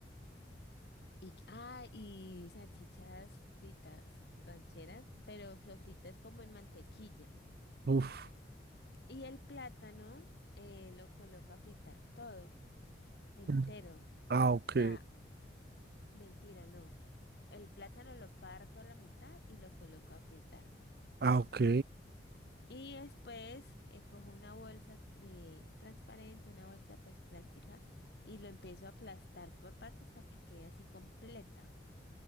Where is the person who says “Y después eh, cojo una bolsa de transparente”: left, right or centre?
Left